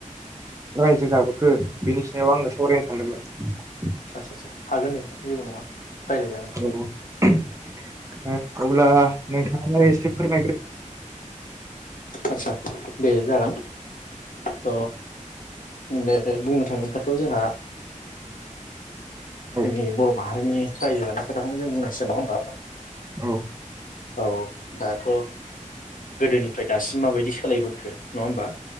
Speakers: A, on the right; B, on the left.
A: रायजो जाबोखो बिनि सायाव आंङो सावरायनो। <unintelligible>
B: आदसा-सा हागोन दे जेबो नङा। रायज्लायजागोन
A: औ अब्ला नोंथाङालाय एसे फोर
B: आदसा दे जागोन ट दे दे बुंनो थाङोबाथ जोंहा <unintelligible>
A: औ
B: जोंनि बर माहारिनि। रायजो जाखनाय खोथाखौनो जों बुंनांसिगोन नंङा होमबा।
A: औ।
B: औ दाथ गोदोनिफ्राय दासिम माबायदि सोलायबोखो नङा होमबा